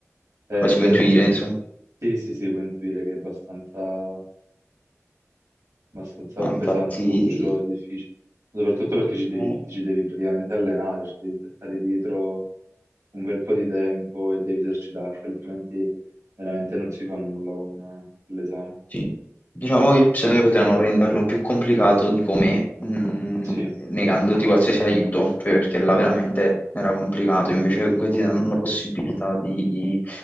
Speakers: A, on the right (about 85°); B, on the left (about 35°).
A: è
B: come si
A: bello.
B: può intuire,
A: <laughs>
B: insomma.
A: Sì, sì, sì, puoi intuire che è abbastanza, abbastanza
B: No, infatti,
A: pesantuccio e difficile, soprattutto perché ci devi,
B: eh,
A: ci devi praticamente allenare, ci devi stare dietro un bel po' di tempo e devi esercitarti, altrimenti veramente non si fa nulla con eh, l'esame.
B: sì. Diciamo che secondo me potevano renderlo più complicato di com'è, mh,
A: Sì,
B: negandoti qualsiasi aiuto, cioè perché là veramente
A: vero,
B: era complicato, invece comunque ti danno la possibilità di